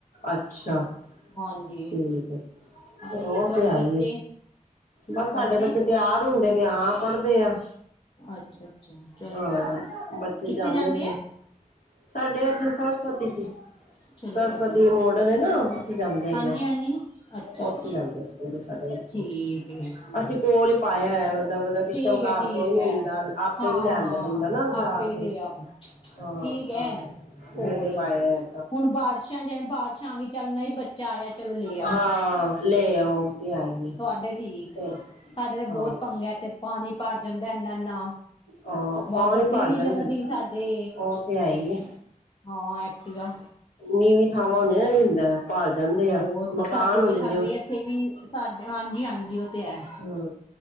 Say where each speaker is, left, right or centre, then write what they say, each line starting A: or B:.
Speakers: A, on the left (about 70°); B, on the left (about 35°).
A: ਅੱਛਾ,
B: ਹਾਂਜੀ
A: ਠੀਕੇ।
B: ਹਾਂਜੀ
A: ਓ
B: ਤੁਹਾਡੇ
A: ਤੇ ਹੈ
B: ਬੱਚੇ
A: ਈ ਏ, ਬਾਸ ਸਾਡੇ
B: ਪੜ੍ਹਦੇ
A: ਬੱਚੇ ਤੇਆਰ ਹੁੰਦੇ ਵੇਆਂ, ਪੜਦੇ ਆਂ।
B: ਅੱਛਾ। ਅੱਛਾ ਚਲੋ
A: ਹਾਂ,
B: ਵਧੀਆ
A: ਬੱਚੇ
B: ਕਿੱਥੇ
A: ਜਾਂਦੇ ਸੀ,
B: ਆ
A: ਸਾਡੇ ਏਥੇ ਸਰਸਵਤੀ ਜੀ
B: ਚਲੋ
A: ਸਰਸਵਤੀ
B: ਵਧੀਆ
A: ਮੋਡਲ ਏ ਨਾ ਉਥੇ ਜਾਂਦੇ ਹੈਗੇ,
B: ਹਾਂਜੀ ਹਾਂਜੀ ਅੱਛਾ ਅੱਛਾ
A: ਓਥੇ ਜਾਂਦੇ ਸੀ। ਓ ਵੀ ਸਾਡੇ ਵਿੱਚ
B: ਠੀਕ ਹੈ
A: ਅਸੀਂ ਕੋਲ ਈ ਪਾਇਆ ਹੋਇਆ ਬੰਦਾ, ਮਤਲਬ ਜਿਸ
B: ਠੀਕ
A: ਟੈਮ
B: ਹੈ
A: ਘਰ
B: ਠੀਕ
A: ਕੋਈ ਨੀ
B: ਹੈ
A: ਹੁੰਦਾ ਆਪ ਆਪੇ
B: ਹਾਂ
A: ਵੀ ਲੈ
B: ਹਾਂ
A: ਆਂਦਾ ਬੰਦਾ ਨਾ, ਜਾ
B: ਆਪੇ
A: ਕੇ
B: ਲੈ ਆਓ
A: ਹਾਂ
B: ਠੀਕ
A: ਤਾਂ
B: ਹੈ ਕੋਲ
A: ਨੇੜੇ ਪਾਏ ਆਇਆ।
B: ਹੁਣ ਬਾਰਸ਼ਾਂ ਜਿਵੇਂ, ਬਾਰਸ਼ ਆਗੀ ਚੱਲ ਨਈ ਬੱਚਾ ਆਇਆ ਚਲੋ ਲੇ ਆਓ,
A: ਹਾਂ ਲੈ ਉਹ ਤੇ ਹੈ
B: ਹਾਂ
A: ਹੀ
B: ਤੁਹਾਡੇ ਠੀਕ
A: ਹੈ।
B: ਸਾਡੇ ਤੇ
A: ਹਾਂ
B: ਬੋਤ ਪੰਗਾ ਤੇ ਪਾਣੀ ਭਾਰ ਜਾਂਦਾ ਐਨਾ ਐਨਾ
A: ਹਾਂ
B: ਵਾ
A: ਪਾਣੀ
B: ਗੱਡੀ
A: ਭਰ
B: ਨੀ
A: ਜਾਂਦਾ
B: ਲੰਘਦੀ ਸਾਡੇ।
A: ਉਹ ਤੇ ਹੈ ਹੀ ਏ।
B: ਹਾਂ, ਐਕਟੀਵਾ।
A: ਨੀਵੀ ਥਾਵਾਂ ਹੁੰਦੀਆਂ ਨਾ ਐਈ ਹੁੰਦਾ। ਭਰ ਜਾਂਦੇ
B: ਬੋਤ
A: ਆ ਮਕਾਨ
B: ਸਾਡੇ
A: ਹੁੰਦੇ
B: ਸਾਡੇ
A: ਨੇ
B: ਏਥੇ ਵੀ ਸਾਡੇ ਹਾਂਜੀ ਹਾਂਜੀ। ਤੇ ਹੈ
A: ਹੂੰ